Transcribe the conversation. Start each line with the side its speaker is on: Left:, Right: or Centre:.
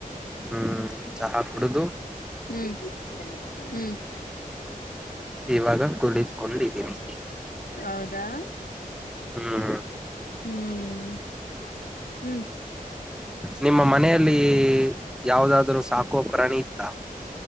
Centre: ಹ್ಮ್ ಚಹಾ ಕುಡುದು
Left: ಹ್ಮ್ ಹ್ಮ್.
Centre: ಇವಾಗ ಕುಳಿತ್ಕೊಂಡಿದ್ದೀನಿ
Left: ಹೌದಾ
Centre: ಹ್ಮ್
Left: ಹ್ಮ್. ಹ್ಮ್.
Centre: ನಿಮ್ಮ ಮನೆಯಲ್ಲಿ ಯಾವ್ದಾದ್ರರು ಸಾಕು ಪ್ರಾಣಿ ಇತ್ತ.